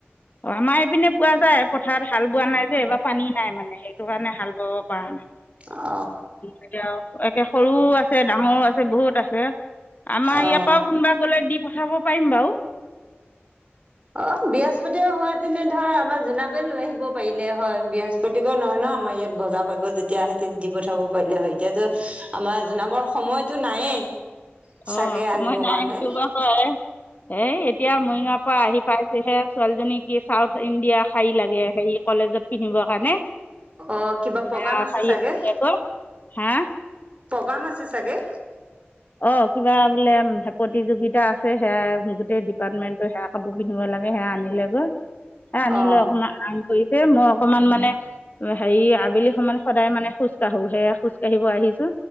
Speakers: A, on the left; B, on the right.
A: অ' আমাৰ এইপিনে পোৱা যায় পথাৰত হাল বোৱা নাই যে এইবাৰ পানী নাই মানে সেইটো কাৰণে হাল বোৱাব পাৰ
B: অ
A: এতিয়া একে সৰুও আছে ডাঙৰ আছে আছে বহুত আছে আমাৰ
B: অ
A: ইয়াৰ পৰাও কোনোবা গলে দি পঠাব পাৰিম বাৰু।
B: অ' বৃহস্পতি হোৱ তেনে ধৰ আমাৰ জোনাব লৈ আহিব পাৰিলে হয়। বৃহস্পতি দিব নহয় ন আমাৰ ইয়াত বজাৰ কৰিব যেতিয়া আহে তেতি দি পঠাব পাৰিলে হয় এতিয়াতো আমাৰ জোনাবৰ সময়তো নায়েই চাগে
A: অঁ সময়
B: আনিব
A: নাই
B: কাৰণে।
A: সেইটো বাৰু হয়। এই এতিয়া মৰিগাওঁ পৰা আহি পাইছেহে ছোৱালীজনী কি চাউথ ইণ্ডিয়া শাৰী লাগে হেৰি কলেজত। পিন্ধিবৰ কাৰণে।
B: অ' কিবা প্ৰগ্ৰাম
A: আহ
B: আছে
A: শাৰী
B: চাগে,
A: আনিলে আকৌ হা
B: প্ৰগ্ৰাম আছে চাগে?
A: অ' কিবা বোলে প্ৰতিযোগিতা আছে সেয়াই গোটেই ডিপাৰ্টমেণ্টৰ সেয়া কাপোৰ পিন্ধিব লাগে সেয়া আনিলে গৈ সে আনিলে
B: অ
A: অকমান আৰাম কৰিছে মই অকমান মানে হেৰি আবেলি সমান সদায় মানে খোজ কাঢ়ো সেয়া খোজ কাঢ়িব আহিছো।